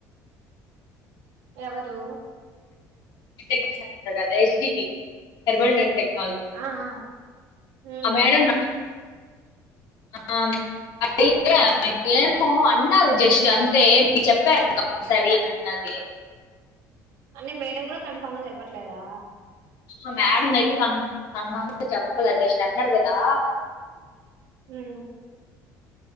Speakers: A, on the right (about 80°); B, on the left (about 70°).
A: ఎవరు
B: ఎస్ అంటది H D T herbal drug tech
A: ఆ ఆ ఉమ్
B: ఆ మేడం ఆ అయితే ఏమో అన్నారు జస్ట్ అంతే మీ చెప్పారగా సరి అని అన్నది
A: అంటే మేడం కూడా కన్ఫామ్ గా చెప్పట్లేదా
B: సో మేడం అయితే కన్ఫర్మ్ గా చెప్పలే జస్ట్ అన్నారు కదా
A: హ్మ్